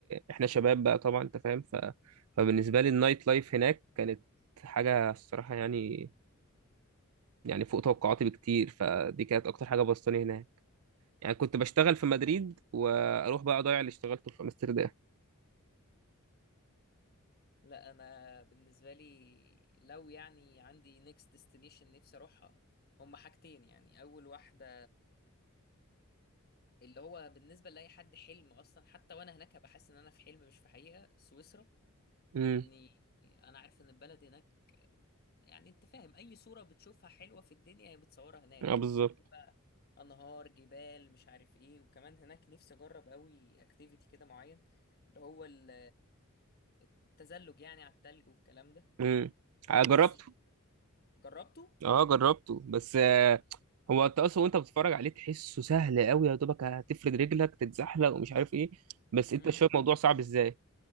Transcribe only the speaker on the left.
لا انا بالنسبة لي لو يعني عندي نيكست ديستنيشن نفسي اروحها هما حاجتين يعني اول واحدة اللي هو بالنسبة لأي حد حلم اصلا حتى وانا هناك هبقى حاسس ان انا في حلم مش في حقيقة سويسرا
لاني انا عارف ان البلد هناك يعني انت فاهم اي صورة بتشوفها حلوة في الدنيا هي بتصورها هناك
اذا كان بقى انهار جبال مش عارف ايه وكمان هناك نفسي اجرب قوي اكتيفيتي كده معين اللي هو ال- التزلج يعني على التلج والكلام ده
نفسي
جربته
امم